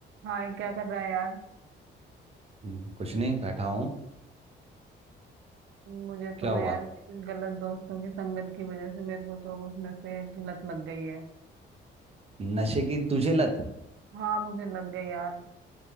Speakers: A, on the right; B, on the right.
A: हाय क्या कर रहा है यार
B: हम्म, कुछ नहीं बैठा हूँ
A: मुझे
B: क्या
A: तो ना
B: हुआ
A: यार मेरे कुछ गलत दोस्तों की संगत की वजह से मेरे को तो कुछ नशे की लत लग गई है
B: नशे की तुझे लत
A: हाँ मुझे लग गई यार